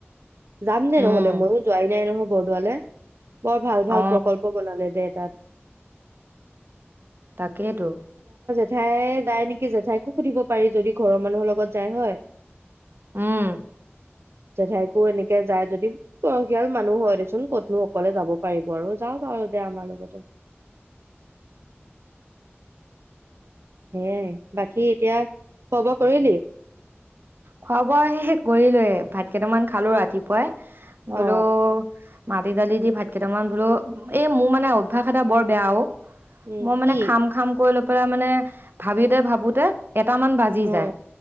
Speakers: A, on the right; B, on the right.
A: যাম নে
B: উম
A: নহ'লে মইয়ো যোৱাই নাই নহব। বৰডোৱালে বৰ ভাল ভাল
B: অ
A: প্ৰকল্প বনালে যে। চাত
B: সেইটো
A: জেঠাই যায় নেকি জেঠাইকো সুধিব পাৰি যদি ঘৰৰ মানুহৰ লগত যায় হয়।
B: উম
A: জেঠাইকো এনেকে যায় যদি বয়সীয়াল মানুহ হয় দেচোন কতনো অকলে যাব পাৰিব আৰু যাওঁক আৰু দে আমাৰ লগতে। সেয়াই বাকী এতিয়া খোৱা বোৱা কৰিলি?
B: খোৱা বোৱা শেষ কৰিলোৱে ভাত কেইটামান খালো ৰাতিপুৱাই।
A: অ
B: বোলো মাটি দালি দি ভাত কেইটামান বোলো এ মোৰ মানে অভ্যাস এটা বৰ বেয়া অ
A: উম
B: মই মানে
A: কি
B: খাম খাম কৰি ল পেলাই মানে ভাবিতে- ভাবোতে এটামান বাজি
A: অ
B: যায়।